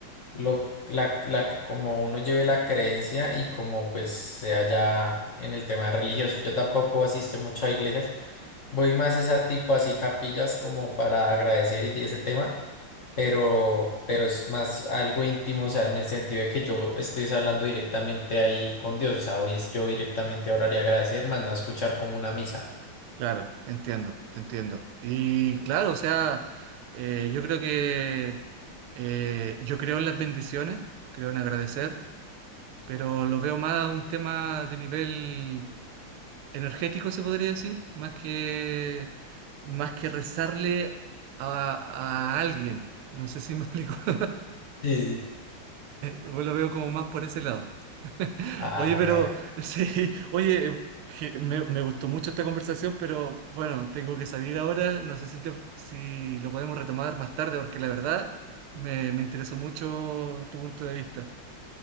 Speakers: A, on the left; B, on the right.
A: lo, la, la, que- como uno lleve la creencia y como pues sea ya en el tema religioso. Yo tampoco asisto mucho a iglesias, voy más esa tipo así capillas como para agradecer y de ese tema, pero, pero es más algo íntimo, o sea, en el sentido de que yo estoy hablando directamente ahí con Dios, o sea, hoy es yo directamente a orar y agradecer, más no a escuchar como una misa.
B: Claro, Te entiendo, te entiendo. Y claro, o sea, eh, yo creo que eh, yo creo en las bendiciones, creo en agradecer, pero lo veo más a un tema de nivel energético se podría decir, más que, más que rezarle a, a alguien. No sé si me explico. <laughs>
A: Sí, sí.
B: Yo lo veo como más por ese lado. <laughs>
A: Ah,
B: Oye,
A: vale.
B: pero sí, oye, je- me, me gustó mucho esta conversación, pero bueno, tengo que salir ahora. No sé si, te- si lo podemos retomar más tarde, porque la verdad me, me interesó mucho tu punto de vista.